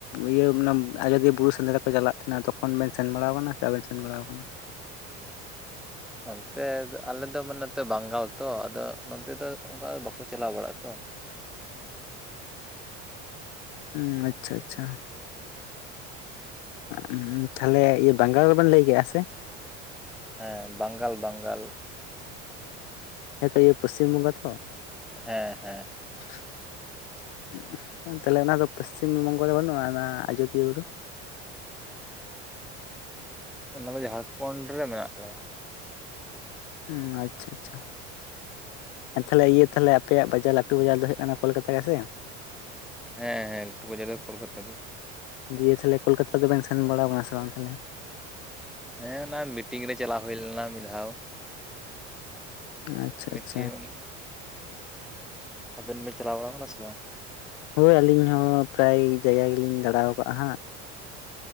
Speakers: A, on the left; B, in the centre.
A: ᱤᱭᱟᱹ ᱚᱱᱟ ᱟᱡᱚᱫᱤᱭᱟᱹ ᱵᱩᱨᱩ ᱥᱮᱸᱫᱽᱨᱟ ᱠᱚ ᱪᱟᱞᱟᱜ ᱛᱟᱦᱮᱱᱟ ᱛᱚᱠᱷᱚᱱ ᱵᱮᱱ ᱥᱮᱱ ᱵᱟᱲᱟᱣ ᱠᱟᱱᱟ? <unintelligible> ᱥᱮᱱ ᱵᱟᱲᱟᱣ ᱠᱟᱱᱟ᱾
B: ᱚᱱᱛᱮ ᱟᱞᱮᱫᱚ ᱢᱟᱱᱮ ᱱᱚᱛᱮ ᱵᱟᱝᱜᱟᱞ ᱛᱚ ᱟᱫᱚ ᱱᱚᱱᱛᱮ ᱫᱚ ᱚᱝᱠᱟ ᱵᱟᱠᱚ ᱪᱟᱞᱟᱣ ᱵᱟᱲᱟᱜᱼᱟ ᱛᱚ᱾
A: ᱩᱸ ᱟᱪᱪᱷᱟ ᱟᱪᱪᱷᱟ ᱚᱸ ᱛᱷᱟᱞᱮ ᱤᱭᱟᱹ ᱵᱟᱝᱜᱟᱞ ᱷᱮᱵᱮᱱ ᱞᱟᱹᱭ ᱠᱮᱜᱼᱟ ᱥᱮ?
B: ᱦᱮᱸ ᱵᱟᱝᱜᱟᱞ ᱵᱟᱝᱜᱟᱞ᱾
A: ᱦᱮᱸ ᱛᱚ ᱤᱭᱟᱹ ᱯᱚᱥᱪᱤᱢ ᱵᱚᱝᱜᱟ ᱛᱚ?
B: ᱦᱮᱸ ᱦᱮᱸ
A: <inaudible> ᱚ ᱛᱟᱦᱞᱮ ᱚᱱᱟ ᱫᱚ ᱯᱚᱥᱪᱤᱢ ᱵᱚᱝᱜᱚ ᱨᱮ ᱵᱟᱹᱱᱩᱜᱼᱟ ᱚᱱᱟ ᱟᱡᱚᱫᱤᱭᱟᱹ ᱵᱩᱨᱩ?
B: ᱚᱱᱟ ᱫᱚ ᱡᱷᱟᱲᱠᱷᱚᱸᱰ ᱨᱮ ᱢᱮᱱᱟᱜ ᱠᱟᱫᱟ᱾
A: ᱩᱸ ᱟᱪᱪᱷᱟ ᱟᱪᱪᱷᱟ ᱟ ᱛᱟᱦᱞᱮ ᱤᱭᱟᱹ ᱛᱟᱦᱞᱮ ᱟᱯᱮᱭᱟᱜ ᱵᱟᱡᱟᱨ ᱞᱟᱹᱴᱩ ᱵᱟᱡᱟᱨ ᱫᱚ ᱦᱩᱭᱩᱜ ᱠᱟᱱᱟ ᱠᱳᱞᱠᱟᱛᱟ ᱜᱮᱥᱮ?
B: ᱦᱮᱸ ᱦᱮᱸ ᱞᱟᱹᱴᱩ ᱵᱟᱡᱟᱨ ᱫᱚ ᱠᱳᱞᱠᱟᱛᱟ ᱜᱤ᱾
A: ᱫᱤᱭᱮ ᱛᱟᱦᱞᱮ ᱠᱳᱞᱠᱟᱛᱟ ᱫᱚ ᱵᱮᱱ ᱥᱮᱱ ᱵᱟᱲᱟᱣ ᱠᱟᱱᱟ ᱥᱮ ᱵᱟᱝ ᱛᱟᱦᱞᱮ?
B: ᱦᱮᱸ ᱚᱱᱟ ᱢᱤᱴᱤᱝ ᱨᱮ ᱪᱟᱞᱟᱣ ᱦᱩᱭ ᱞᱮᱱᱟ ᱢᱤᱫ ᱫᱷᱟᱣ᱾
A: ᱟᱪᱪᱷᱟ
B: ᱢᱤᱫᱴᱮᱱ
A: ᱟᱪᱪᱷᱟ
B: ᱟᱵᱮᱱ ᱵᱮᱱ ᱪᱟᱞᱟᱣ ᱵᱟᱲᱟ ᱠᱟᱱᱟ ᱥᱮ ᱵᱟᱝ?
A: ᱦᱳᱭ ᱟᱹᱞᱤᱧ ᱦᱚᱸ ᱯᱨᱟᱭ ᱡᱟᱭᱜᱟ ᱜᱮᱞᱤᱧ ᱫᱟᱬᱟᱣ ᱠᱟᱜᱼᱟ ᱦᱟᱸᱜ᱾